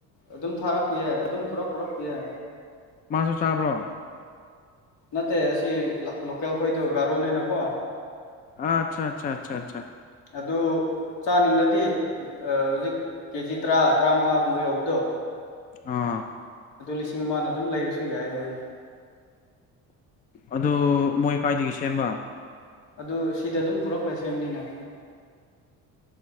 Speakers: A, on the left; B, on the left.
A: ꯑꯗꯨꯝ ꯊꯥꯔꯛꯄꯤ ꯌꯥꯏ ꯑꯗꯨꯝ ꯄꯨꯔꯛ ꯄꯨꯔꯛꯄꯤ ꯌꯦ꯫
B: ꯃꯥꯁꯨ ꯆꯥꯕ꯭ꯔꯣ꯫
A: ꯅꯠꯇꯦ ꯑꯁꯤ ꯂ ꯂꯣꯀꯦꯜ ꯈꯣꯏꯗꯨ ꯒꯥꯔꯣꯅꯤꯅꯀꯣ꯫
B: ꯑꯆꯥ ꯑꯆꯥꯆꯥ ꯑꯆꯥꯆꯥ꯫
A: ꯑꯗꯨ ꯆꯥꯅꯤꯡꯂꯗꯤ ꯍꯧꯖꯤꯛ꯫ ꯀꯦꯖꯤ ꯇꯔꯥ ꯇꯔꯥꯃꯉꯥꯒꯨꯝꯕ ꯌꯧꯕꯗꯣ꯫
B: ꯑꯥ
A: ꯑꯗꯨ ꯂꯤꯁꯤꯡ ꯑꯃꯅ ꯑꯗꯨꯝ ꯂꯩꯔꯁꯨ ꯌꯥꯏꯌꯦ ꯍꯥꯏ ꯌꯥꯏ
B: ꯑꯗꯨ ꯃꯣꯏ ꯀꯥꯏꯗꯒꯤ ꯁꯦꯝꯕ
A: ꯑꯗꯨ ꯁꯤꯗ ꯑꯗꯨꯝ ꯄꯨꯔꯛꯂ ꯁꯦꯝꯅꯤꯅ